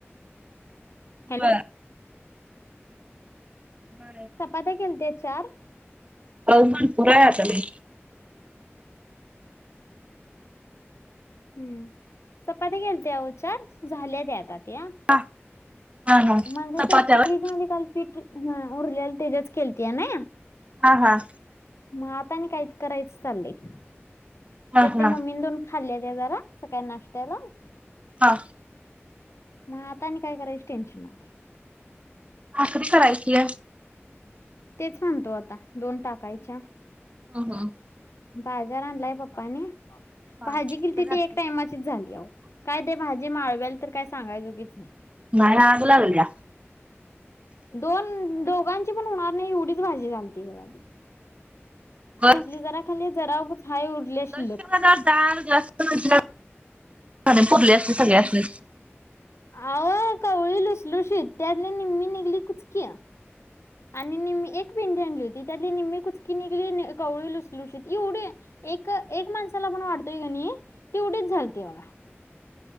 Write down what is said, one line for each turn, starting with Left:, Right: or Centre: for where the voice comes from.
Left: हॅलो.
Right: होय. हा
Left: चपात्या केलत्या चार.
Right: पाऊस भरपूर आहे आता लय.
Left: हम्म चपाती केलत्या चार झाल्या त्या आता ते
Right: हा हा हा
Left: म्हणजे
Right: चपात्या
Left: ते फ्रीज
Right: होय?
Left: मध्ये काल पीठ उरलेलं त्याच्याच केलत्या ना
Right: हा हा.
Left: मग आता आणि काहीच करायचं चालले त्यातल्या
Right: हा हा
Left: मम्मी दोन खाल्लाय त्या जरा सकाळी नाष्टत्याला.
Right: हा.
Left: मग आता आणि काय करायची टेन्शन नाही.
Right: भाकरी करायची आहे.
Left: तेच म्हणतो आता दोन टाकायच्या.
Right: ह ह ह.
Left: बाजार आणलाय पप्पांनी.
Right: हा
Left: भाजी केलीती
Right: दर्शन
Left: ती एक टाइमाचीच झाली अहो काय ते भाजी माळवेला तर काय सांगायजो कीच नाही.
Right: बाहेर आग लागल्या.
Left: दोन दोघांची पण होणार नाही एवढीच भाजी झालती बघा.
Right: बर
Left: त्यातली जरा खाली जरा उगच हाय शिल्लक
Right: <unintelligible> डाळ जास्त म्हणजे पुरले असते सगळे असती सगळ्यांसनी.
Left: आव कावळी लुसलोशीत त्याली निम्मी निघली कुजकी. आणि निम्मी एक पेंडी आणली होती त्यातली निम्मी कुचकी निघली कवळी लुसलुशीत एवढे एक एक माणसाला पण वाढतोय का नाही तेवढीच झालते बघा.